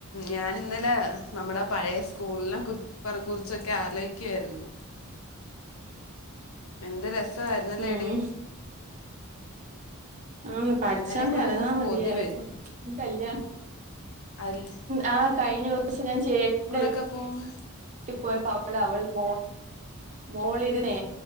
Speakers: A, on the left (about 75°); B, on the right (about 35°).
A: ഞാന് ന്നലെ നമ്മടെ പഴേ സ്കൂൾനെ കുർ പർ കുർച്ചൊക്കെ ആലോചിക്കായിരുന്നു. എന്ത് രസ്സായിര്ന്നല്ലേടീ.
B: ഉം ആന്ന് പഠിച്ചോണ്ട്
A: അതിലേ കൂടെ
B: എര്ന്നാ
A: ഒക്കെ പോകുമ്പോൾ
B: മതിയായിരുന്നു.
A: കൊതി
B: ഈ കല്ല്യാ
A: അൽസ്
B: ആഹ്. കഴിഞ്ഞ ദോസം ഞാൻ ചേട്ടന്റെ വീ
A: ഒക്കെ പോകുമ്പോൾ
B: വീട്ടി പോയപ്പോ അ <unintelligible> അവൾ മോൾ മോളിര്ന്നേ